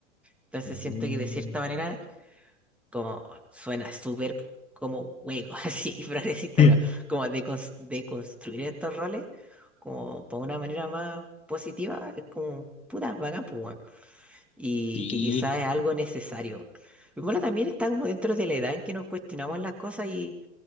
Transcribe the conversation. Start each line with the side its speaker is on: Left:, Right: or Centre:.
Centre: Entonces
Left: Mm.
Centre: siento que de cierta manera, como suena súper como juego, <laughs> así, progresista,
Left: <laughs>
Centre: pero como de, cons- de construir estos roles, como por una manera más positiva, es como puta, bacán, pues, weón. Y
Left: Sí.
Centre: que quizás es algo necesario. Y Bueno, también está como dentro de la edad en que nos cuestionamos las cosas y